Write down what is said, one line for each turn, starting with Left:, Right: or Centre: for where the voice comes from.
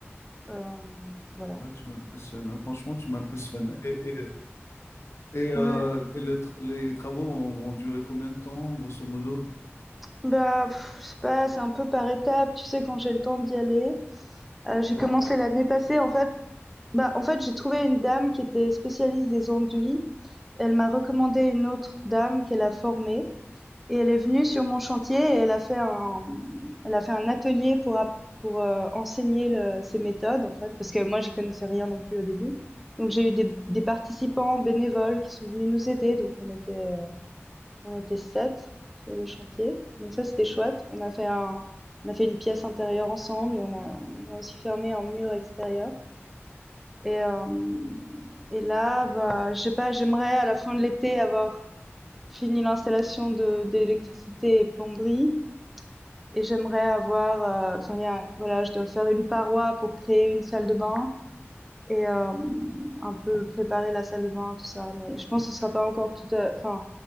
Centre: Euh, voilà.
Left: Là, tu m'impressionnes. hein. Franchement, tu m'impressionnes. Et, et, et, euh,
Centre: Ouais.
Left: et le tra- les travaux vont, vont durer combien de temps, grosso modo?
Centre: Bah, pff, c'est pas, c'est un peu par étapes. Tu sais, quand j'ai le temps d'y aller. Euh, j'ai commencé l'année passée, en fait. Bah, en fait, j'ai trouvé une dame qui était spécialiste des enduits. Elle m'a recommandé une autre dame qu'elle a formée et elle est venue sur mon chantier et elle a fait un, elle a fait un atelier pour, app- pour euh, enseigner le- ses méthodes en fait, parce que moi j'y connaissais rien non plus au début. Donc j'ai eu des, des participants bénévoles qui sont venus nous aider, donc on était, euh, on était sept sur le chantier. Donc ça c'était chouette. On a fait un, on a fait une pièce intérieure ensemble et on a, on a aussi fermé un mur extérieur. Et, euh, et là, bah, je sais pas, j'aimerais à la fin de l'été avoir fini l'installation de d'électricité et plomberie et j'aimerais avoir, euh, enfin il y a, voilà, je dois faire une paroi pour créer une salle de bain et euh, un peu préparer la salle de bain, tout ça. Mais je pense que ce sera pas encore tout, à, enfin,